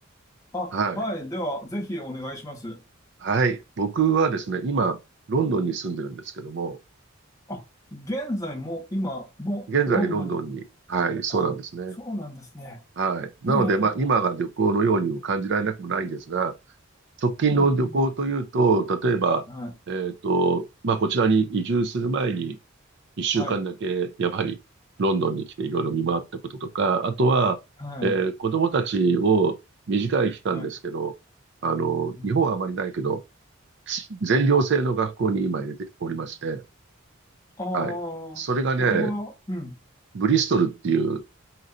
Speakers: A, on the left (about 15°); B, on the right (about 55°).
A: あ、あ、
B: はい。
A: はい。では、ぜひお願いします。
B: はい。僕はですね、今、ロンドンに住んでるんですけども、
A: あ、現在も、今もロンドンに、
B: 現在ロンドンに、はい、そうなんですね。
A: あ、そうなんですね。
B: はい。なので、
A: ええ、
B: まあ、今が旅行のようにも感じられなくもないんですが、直近の旅行というと、
A: うん、うん。
B: 例えば、
A: はい、
B: えっと、まあ、こちらに移住する前に、一週間だけ、
A: はい、
B: やはり、ロンドンに来ていろいろ見回ったこととか、あとは、
A: はい、
B: えー子供たちを短い期間ですけど、
A: はい。
B: あの、
A: うん、
B: 日本はあまりないけど、全寮制の学校に今入れておりまして、
A: うん。ああ、
B: はい。それがね、
A: これは、うん。
B: ブリストルっていう、